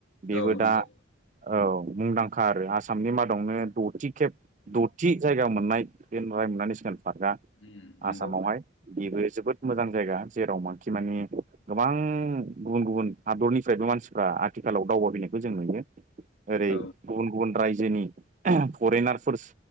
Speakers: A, on the right; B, on the left.
A: बेबो
B: औ नंगौ
A: दा औ मुंदांखा आरो आसामनि मादावनो दथि खेब दथि जायगा मोन नाय बे रायमना नेसनेल पार्कआ
B: उम नंगौ
A: आसामावहाय बेबो जोबोद मोजां जायगा। माने गोबां गुबुन गुबुन हादरनिफ्रायबो मानसिफ्रा आथिखालाव दावबायाबैनायखौ जों नुयो। ओरै
B: औ
A: गुबुन गुबुन राय जोनि फरेनारफोर